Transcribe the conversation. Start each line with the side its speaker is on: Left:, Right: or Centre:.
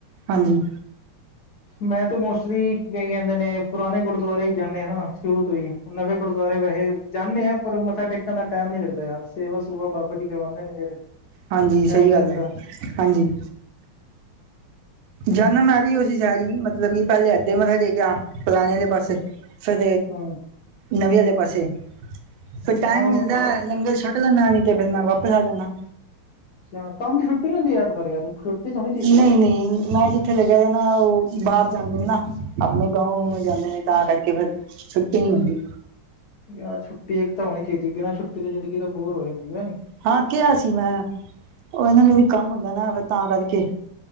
Right: ਹਾਂਜੀ।
Left: ਮੈਂ ਤੇ ਮੋਸਟਲੀ ਕੀ ਕਹਿੰਦੇ ਨੇ, ਪੁਰਾਣੇ ਗੁਰਦੁਆਰੇ ਈ ਜਾਂਨੇ ਆ ਨਾ ਸ਼ੁਰੂ ਤੋਂ ਈ। ਨਵੇਂ ਗੁਰਦੁਆਰੇ ਵੈਹੇ, ਜਾਂਨੇ ਆ, ਪਰ ਮੱਥਾ ਟੇਕਣ ਦਾ ਟਾਈਮ ਨੀ ਲੱਗਦਾ ਯਾਰ, ਸੇਵਾ ਸੂਵਾ ਬਾਬਾ ਜੀ ਕਰਵਾਦੇ ਨੇ ਫਿਰ।
Right: ਹਾਂਜੀ,
Left: ਟਾਈਮ
Right: ਸਹੀ
Left: ਨੀ
Right: ਗੱਲ
Left: ਲੱਗਦਾ
Right: ਐ, ਹਾਂਜੀ। ਜਾਨਾ ਮੈਂ ਵੀ ਉ ਸੀ ਸੈਡ ਈ, ਮਤਲਬ ਕਿ ਪਹਿਲੇ ਹੈਦੇ ਮੱਥਾ ਟੇਕ ਆ ਪੁਰਾਣੇ ਆਲੇ ਪਾਸੇ। ਫਿਰ
Left: ਹਮ
Right: ਨਵੇਂ ਆਲੇ ਪਾਸੇ, ਫਿਰ ਟਾਈਮ
Left: ਹਾਂ ਉਹ
Right: ਮਿਲਦਾ
Left: ਅੱਛਾ,
Right: ਲੰਗਰ ਛੱੱਕ ਪਹਿਲਾਂ ਨਾ ਨੀ ਤੇ ਫਿਰ ਮੈਂ ਵਾਪਸ ਆ ਜਾਨਾ।
Left: ਅੱਛਾ, ਕੰਮ ਦੀ ਛੁੱਟੀ ਹੁੰਦੀ ਐਤਵਾਰ ਯਾਰ? ਛੁੱਟੀ ਤਾਂ ਹੋਣੀ ਚਾਹੀਦੀ
Right: ਨਈ-
Left: ਹੈ
Right: ਨਈ ਮੈਂ ਜ ਉੱਥੇ ਲਗਿਆ ਨਾ ਉਹ ਬਾਰ ਜਾਂਦੇ ਨੇ ਨਾ ਅ, ਆਪਣੇ ਗਾਉਂ- ਗਾਉਂ ਜਾਂਦੇ ਨੇ, ਤਾਂ ਕਰਕੇ ਫਿਰ ਛੁੱਟੀ ਨੀ ਹੁੰਦੀ।
Left: ਯਾਰ ਛੁੱਟੀ ਇੱਕ ਤਾਂ ਹੋਣੀ ਚਾਹੀਦੀ, ਬਿਨਾਂ ਛੁੱਟੀ ਤੋਂ ਜ਼ਿੰਦਗੀ ਤਾਂ ਬੋਰ ਹੋ ਜਾਂਦੀ ਕੇ ਹੈ ਨੀ।
Right: ਹਾਂ ਕਿਹਾ ਸੀ ਮੈਂ, ਉਹ ਏਨਾਂ ਨੂੰ ਵੀ ਕੰਮ ਹੁੰਦਾ ਨਾ, ਫਿਰ ਤਾਂ ਕਰਕੇ।